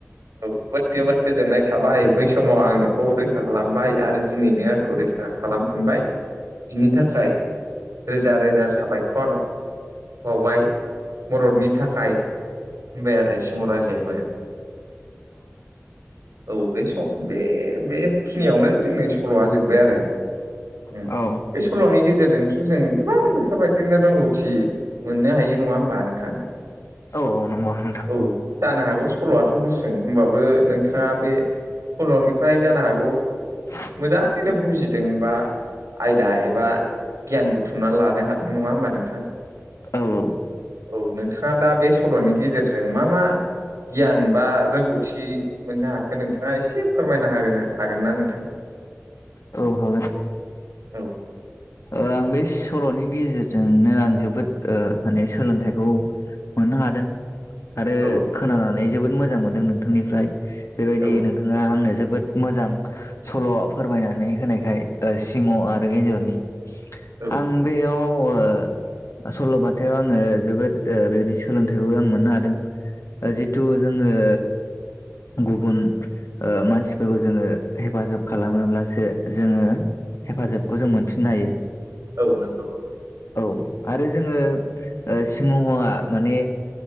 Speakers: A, on the right; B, on the left.
A: औ जोबोद जोबोद गोजोननाय थाबाय बै समाव आं नोंखौ रै रैखा खालामबाय आरो दिनैनो आंखौ रैखा खालामफिनबाय बिनि थाखाय रोजा रोजा साबायखर बावबाय मददनि थाखाय होनबाय आरो सिंह' राजायाबो औ बे स' बे खिनियावनो जोंनि सल'आ जोब्बाय आरो उम
B: औ
A: बे सल'नि गेजेरजोंथ' जों गोबां बेफोरबायदिनो रोंगौथि मोननो हायो नङा होमबा नोंथां
B: औ औ नंगौ नोंथां
A: औ जानो हागौ सल'आथ' गुसुं होमबाबो नोंथाङा बे सल'निफ्राय जानो हा
B: <inaudible>
A: मोजाङैनो बुजिदों बा आयदा एबा गियान बुथुमनानै लानो हादों नङा होमबा नोंथां।
B: ओ
A: औ नोंथाङा दा बे सल'नि गेजेरजों मा मा गियान बा रोंगौथि मोननो हाखो नोंथाङा एसे फोरमायना होगोनो हागोन ना नोंथां?
B: औ हागोन
A: औ
B: आं बे सल'नि गेजेरजोंनो आं जोबोद ओ माने सोलोंथाइखौ मोननो हादों आरो
A: औ
B: खोनानानै जोबोद मोजां मोनदों नोंथांनिफ्राय बेबायदि
A: औ
B: नों नोङा आंनो जोबोद मोजां सल' फोरमायनानै होनायखाय ओ सिंह आरो एन्जरनि।
A: औ
B: आं बेयाव ओ ओ सल'बाथायाव आङो जोबोद ओ बेबायदि सोलोंथाइखौ आं मोननो हादों। ओ जिथु जोङो गुबुन ओ मानसिफोरखौ जोङो हेफाजाब खालामोब्लासो जोङो हेफाजाबखौ जों मोनफिननो हायो।
A: औ नंगौ
B: औ आरो जोङो ओ सिंहआ माने